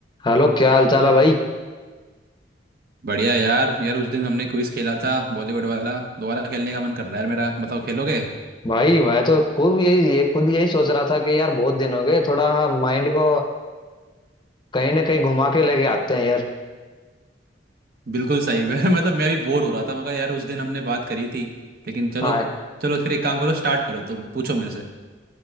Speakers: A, on the left; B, on the right.
A: Hello क्या हाल चाल है भाई
B: बढ़िया यार यार उस दिन हमने क्विज खेला था बॉलीवुड वाला दोबारा खेलने का मन कर रहा है यार मेरा बताओ खेलोगे
A: भाई मैं तो खूब यही ये खुद यही सोच रहा था कि यार बहुत दिन हो गए थोड़ा माइंड को कहीं ना कहीं घुमा के लेके आते हैं यार
B: बिल्कुल सही है <laughs> मतलब मैं भी बोर हो रहा था मगर यार उस दिन हमने बात करी थी लेकिन चलो
A: हाँ
B: चलो फिर एक काम करो स्टार्ट करो तुम पूछो मेरे से